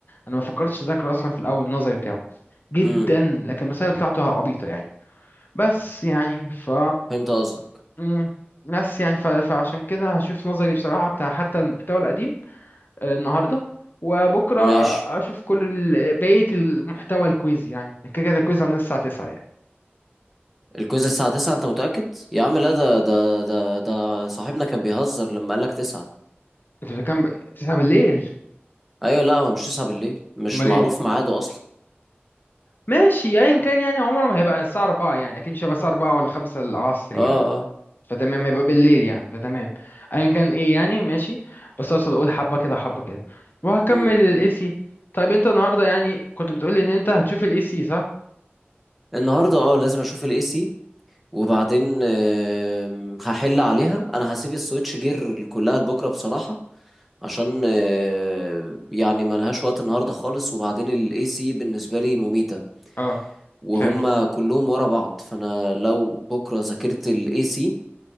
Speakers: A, on the left; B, in the centre.
A: انا ما فكرتش اذاكره اصلا في الاول النظري بتاعه جدا
B: امم
A: لكن المسائل بتاعته عبيطة يعني بس يعني ف
B: فهمت قصدك
A: مم. بس يعني ف... فعشان كده هشوف نظري بصراحة بتاع حتى المحتوى القديم آه، النهاردة وبكرة
B: ماشي
A: أشوف كل ال... بقية المحتوى الكويز يعني كده كده الكويز عندنا الساعة 9 يعني
B: الكويز الساعه 9 انت متاكد يا عم لا ده ده ده ده صاحبنا كان بيهزر لما قال لك 9
A: إنتوا كام 9 بالليل
B: ايوه لا هو مش 9 بالليل مش
A: أمال
B: معروف
A: إيه
B: ميعاده اصلا
A: ماشي ايا كان يعني عمره ما هيبقى الساعة 4 يعني اكيد مش هيبقى الساعة 4 ولا 5 العصر
B: اه
A: يعني
B: اه
A: فتمام هيبقى بالليل يعني فتمام ايا كان ايه يعني ماشي بس اقصد اقول حبة كده حبة كده وهكمل
B: امم
A: الاي سي طيب انت النهاردة يعني كنت بتقولي ان انت هتشوف الاي سي صح؟
B: النهارده اه لازم اشوف الاي سي وبعدين آم، هحل عليها انا هسيب السويتش جير كلها لبكره بصراحه عشان آه، يعني ملهاش وقت النهارده خالص وبعدين الاي سي بالنسبه لي مميته
A: اه
B: وهم
A: فهمت
B: كلهم ورا بعض فانا لو بكره ذاكرت الاي سي